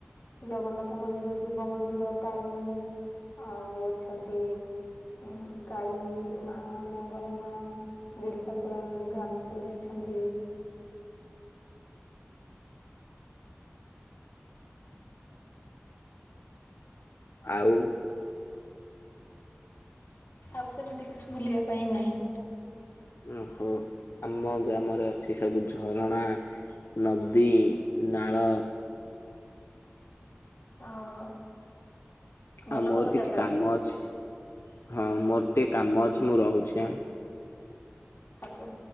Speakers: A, on the left; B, on the left.
A: ଜଗନ୍ନାଥ ମନ୍ଦିର ଶିବ ମନ୍ଦିର ତାରିଣୀ। ଆଉ ଅଛନ୍ତି। ଉଁ କାଳୀ ମା ମଙ୍ଗଳା ମା ବୁଢୀ ଠାକୁରାଣୀ ଗ୍ରାମ ଦେଵୀ ଅ ଛନ୍ତି।
B: ଆଉ
A: ଆଉ ସେମିତି କିଛି ବୁଲିବା ପାଇଁ ନାହିଁ।
B: ଓହୋ ଆମ ଗ୍ରାମରେ ଅଛି ସବୁ ଝରଣା ନଦୀ ନାଳ
A: ଓହୋ। ଭଲ
B: ଆଉ ମୋର
A: ଭଲ
B: କିଛି
A: ଜାଗା
B: କାମ
A: ବୁଲିବା
B: ଅଛି
A: ପାଇଁ
B: ହଁ ମୋର ଟିକେ କାମ ଅଛି ମୁଁ ରହୁଛି ଆ
A: ଆଜ୍ଞା।